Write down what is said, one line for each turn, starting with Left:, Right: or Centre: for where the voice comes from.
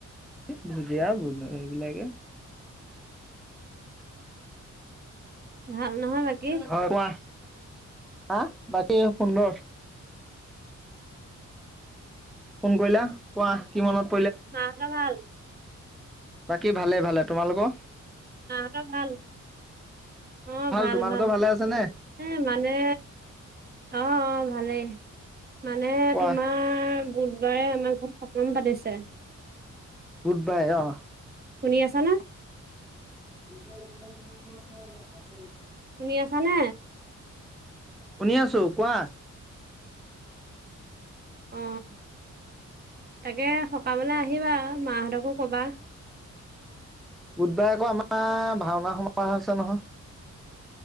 Centre: ভুজিয়া বন সেইবিলাকে। <unintelligible>
Right: ভাল নহয় বাকী
Centre: হয়, কোৱা? হা' বাকী সুন্দৰ। ফোন কৰিলা। কোৱা কিমানত
Right: মা হঁতৰ ভাল?
Centre: বাকী ভালে-ভালে। তোমালোকৰ?
Right: মা হঁতৰ ভাল? অ' ভাল
Centre: তোমালোকৰ
Right: ভাল।
Centre: ভালে আছে নে?
Right: উম মানে অ' অ' ভালেই মানে
Centre: কোৱা
Right: তোমাৰ বুধবাৰে আমাৰ ঘৰত সকাম পাতিছে।
Centre: গুড বাই অ
Right: শুনি আছা নে?
Centre: <inaudible>
Right: শুনি আছা নে?
Centre: শুনি আছো, কোৱা।
Right: অ
Centre: খুব মান <unintelligible>
Right: তাকে সকামলৈ আহিবা, মা হঁতকো কবা।
Centre: বুধবাৰে আকৌ আমাৰ ভাওনা সমাৰোহ আছে নহয়।